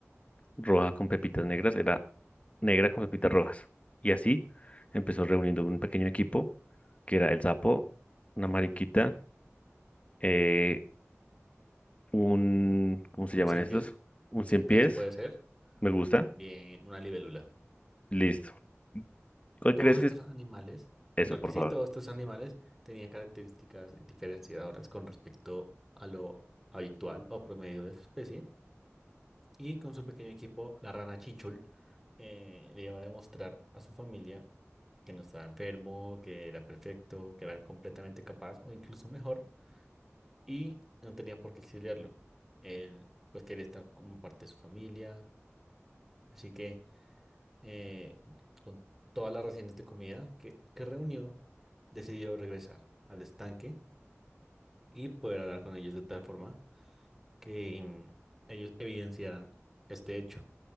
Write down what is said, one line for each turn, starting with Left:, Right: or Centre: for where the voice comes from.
Left: roja con pepitas negras, era negra con pepitas rojas. Y así empezó reuniendo un pequeño equipo que era el sapo, una mariquita, eh, un, ¿cómo se
Centre: ¿Un
Left: llaman
Centre: cien
Left: estos?
Centre: pies?
Left: Un
Centre: Un
Left: cien
Centre: cien
Left: pies,
Centre: pies puede ser,
Left: me gusta,
Centre: y también una libélula.
Left: listo. ¿Cuál
Centre: Todos
Left: crees
Centre: estos
Left: que es?
Centre: animales,
Left: Eso,
Centre: claro
Left: por
Centre: que sí,
Left: favor.
Centre: todos estos animales tenían características diferenciadoras con respecto a lo habitual o promedio de su especie Y con su pequeño equipo, la rana Chinchul, eh, le iba a demostrar a su familia que no estaba enfermo, que era perfecto, que era completamente capaz o incluso mejor y no tenía por qué exiliarlo. Él pues quería estar como parte de su familia, así que eh, con todas las raciones de comida que, que reunió, decidió regresar al estanque y poder hablar con ellos de tal forma que mm, ellos evidenciaran este hecho.